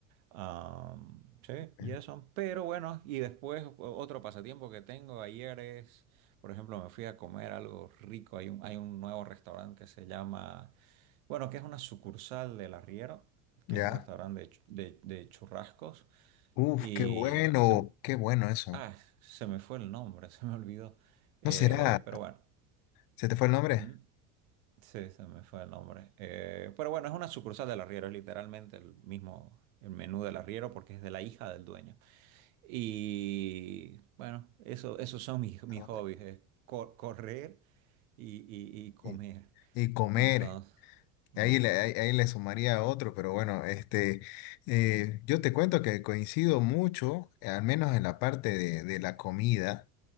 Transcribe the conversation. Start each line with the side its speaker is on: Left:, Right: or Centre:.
Right: Am, sí,
Left: ¿eh?
Right: y eso. Pero bueno, y después o- otro pasatiempo que tengo ayer es, por ejemplo, me fui a comer algo rico. Hay un, hay un nuevo restaurante que se llama, bueno, que es una sucursal del Arriero, que
Left: ¿Ya?
Right: es un restaurante de, chu- de- de churrascos.
Left: Uf,
Right: Y
Left: qué bueno,
Right: se,
Left: qué bueno eso.
Right: ah, se me fue el nombre, <laughs> se me olvidó. Eh,
Left: ¿No será?
Right: pero bueno.
Left: ¿Se te fue el nombre?
Right: Mm, Sí, se me fue el nombre. Eh, pero bueno, es una sucursal del arriero, es literalmente el mismo el menú del arriero porque es de la hija del dueño. Y bueno, eso, esos son mis, mis
Left: Ah,
Right: hobbies,
Left: bueno.
Right: es cor- correr y, y- y comer.
Left: Y, y comer.
Right: Entonces, ujú,
Left: Ahí le, ahí, ahí le sumaría otro, pero bueno, este, eh, yo te cuento que coincido mucho, al menos en la parte de, de la comida,